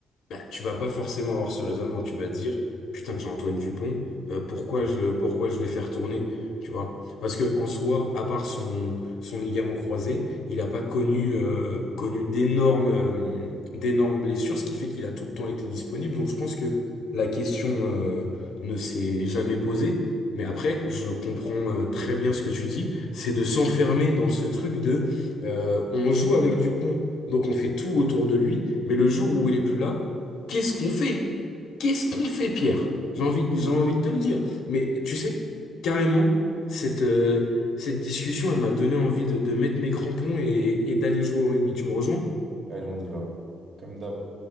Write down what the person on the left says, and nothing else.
bah, tu vas pas forcément avoir ce raisonnement. Tu vas dire, putain, j'ai Antoine Dupont, euh, pourquoi je, pourquoi je vais faire tourner? Tu vois? Parce que en soi, à part son, son ligament croisé, il n'a pas connu, euh, connu d'énormes, euh, d'énormes blessures, ce qui fait qu'il a tout le temps été disponible. Donc je pense que la question, euh, ne s'est jamais posée. Mais après, je comprends euh, très bien ce que tu dis, c'est de s'enfermer dans ce truc de euh, on joue avec Dupont, donc on fait tout autour de lui, mais le jour où il est plus là, Qu'est-ce qu'on fait? Qu'est-ce qu'on fait, Pierre? J'ai envie, j'ai envie de te le dire. Mais tu sais, carrément, cette, euh, cette discussion, elle m'a donné envie de, de mettre mes crampons et, et d'aller jouer au rugby. Tu me rejoins?